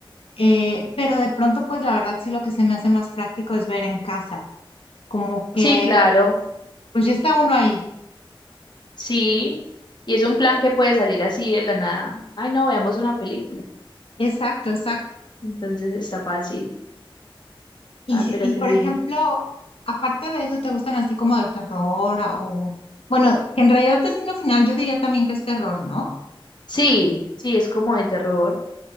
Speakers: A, on the left; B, on the left.
A: eh, pero de pronto, pues la verdad sí lo que se me hace más práctico es ver en casa, como que,
B: Sí, claro,
A: pues ya está uno ahí.
B: sí. Y es un plan que puede salir así de la nada. Ay, no, veamos una película.
A: Exacto, exacto.
B: Entonces está fácil.
A: Y,
B: Ah,
A: si-
B: pero
A: y
B: qué
A: por
B: bien.
A: ejemplo, aparte de eso, ¿te gustan así como de terror a- o, bueno, que en realidad Destino Final yo diría también que es terror, ¿no?
B: Sí, sí, es como de terror.